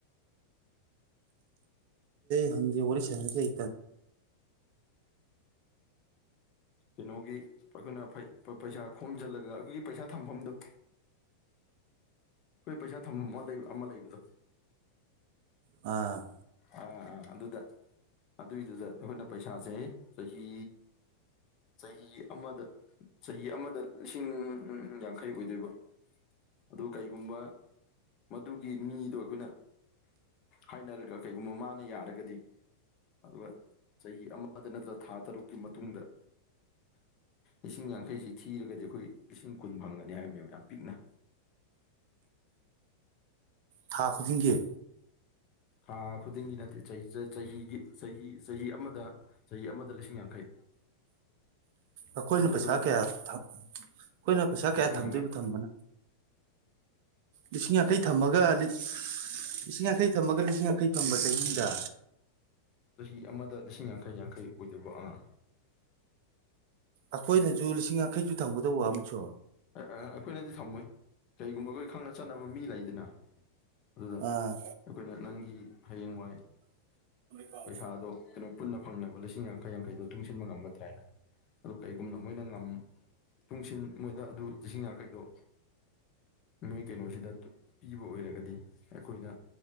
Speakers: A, on the right (about 50°); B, on the left (about 40°).
A: ꯍꯪ ꯎꯔꯤꯁ ꯍꯥꯏ
B: ꯀꯩꯅꯣꯒꯤ ꯑꯩꯈꯣꯏꯅ ꯄꯩꯁꯥ ꯈꯣꯝꯖꯤꯜꯂꯒ ꯑꯩꯈꯣꯏꯒꯤ ꯄꯩꯁꯥ ꯊꯝꯐꯝꯗꯣ ꯑꯩꯈꯣꯏ ꯄꯩꯁꯥ ꯊꯝꯐꯝ ꯑꯃ ꯂꯩ ꯑꯃ ꯂꯩꯕꯗꯣ
A: ꯑꯥ
B: ꯑꯥ ꯑꯥ ꯑꯗꯨꯗ ꯑꯗꯨꯏꯗꯨꯗ ꯑꯩꯈꯣꯏꯅ ꯄꯩꯁꯥꯁꯦ ꯆꯍꯤ ꯆꯍꯤ ꯑꯃꯗ ꯆꯍꯤ ꯑꯃꯗ ꯂꯤꯁꯤꯡ ꯌꯥꯡꯈꯩ ꯑꯣꯏꯗꯣꯏꯕ ꯑꯗꯨ ꯀꯩꯒꯨꯝꯕ ꯃꯗꯨꯒꯤ ꯃꯤꯗꯣ ꯑꯩꯈꯣꯏꯅ ꯍꯥꯏꯅꯔꯒ ꯀꯩꯒꯨꯝꯕ ꯃꯥꯅ ꯌꯥꯔꯒꯗꯤ ꯑꯗꯨꯒ ꯆꯍꯤ ꯑꯃꯗ ꯅꯠꯇ꯭ꯔꯒ ꯊꯥ ꯇꯔꯨꯛꯀꯤ ꯃꯇꯨꯡꯗ ꯂꯤꯁꯤꯡ ꯌꯥꯡꯈꯩꯁꯤ ꯊꯤꯔꯒꯗꯤ ꯑꯩꯈꯣꯏ ꯂꯤꯁꯤꯡ ꯀꯨꯟ ꯐꯪꯒꯅꯤ ꯍꯥꯏꯕꯅꯦꯕ ꯌꯥꯝ ꯄꯤꯛꯅ
A: ꯊꯥ ꯈꯨꯗꯤꯡꯒꯤ
B: ꯈꯥ ꯈꯨꯗꯤꯡꯒꯤ ꯅꯠꯇꯦ ꯆꯍꯤꯒꯤ ꯆꯍꯤ ꯆꯍꯤ ꯑꯃꯗ ꯆꯍꯤ ꯑꯃꯗ ꯂꯤꯁꯤꯡ ꯌꯥꯡꯈꯩ
A: ꯑꯩꯈꯣꯏꯅ
B: ꯑꯗꯨꯗꯣ
A: ꯄꯩꯁꯥ ꯀꯌꯥ ꯑꯩꯈꯣꯏꯅ ꯄꯩꯁꯥ
B: ꯂꯤꯁꯤꯡ
A: ꯀꯌꯥ ꯊꯝꯗꯣꯏꯕ
B: ꯌꯥꯡꯈꯩ
A: ꯊꯝꯕꯅꯣ ꯂꯤꯁꯤꯡ ꯌꯥꯡꯈꯩ ꯊꯝꯃꯒ ꯂꯤꯁꯤꯡ ꯌꯥꯡꯈꯩ ꯊꯝꯃꯒ ꯂꯤꯁꯤꯡ ꯌꯥꯡꯈꯩ ꯊꯝꯕ ꯆꯍꯤꯗ
B: ꯆꯍꯤ ꯑꯃꯗ ꯂꯤꯁꯤꯡ ꯌꯥꯡꯈꯩ ꯌꯥꯡꯈꯩ ꯑꯣꯏꯗꯧꯕ ꯑꯥ
A: ꯑꯩꯈꯣꯏꯅꯁꯨ ꯂꯤꯁꯤꯡ ꯌꯥꯡꯈꯩꯁꯨ ꯊꯝꯒꯗꯧꯕ ꯑꯃꯨꯛꯁꯨ
B: ꯑꯩꯈꯣꯏꯅꯗꯤ ꯊꯝꯃꯣꯏ ꯀꯩꯒꯨꯝꯕꯈꯣꯏ ꯈꯪꯅ ꯆꯠꯅꯕ ꯃꯤ ꯂꯩꯗꯅ ꯑꯗꯨꯗ
A: ꯑꯥ
B: ꯑꯩꯈꯣꯏꯅ ꯅꯪꯒꯤ ꯍꯌꯦꯡꯋꯥꯏ
A: ꯀꯥꯎ
B: ꯄꯩꯁꯥꯗꯣ ꯀꯩꯅꯣ ꯄꯨꯟꯅ ꯐꯪꯅꯕ ꯂꯤꯁꯤꯡ ꯌꯥꯡꯈꯩ ꯌꯥꯡꯈꯩꯗꯣ ꯇꯨꯡꯁꯤꯟꯕ ꯉꯝꯒꯗ꯭ꯔꯥ ꯍꯥꯏꯅ ꯑ ꯀꯩꯒꯨꯝꯅ ꯃꯣꯏꯅ ꯇꯨꯡꯁꯤꯟꯜ ꯃꯣꯏꯗ ꯑꯗꯨ ꯂꯤꯁꯤꯡ ꯌꯥꯡꯈꯩꯗꯣ ꯃꯣꯏ ꯀꯩꯅꯣꯁꯤꯗ ꯄꯤꯕ ꯑꯣꯏꯔꯒꯗꯤ ꯑꯩꯈꯣꯏꯗ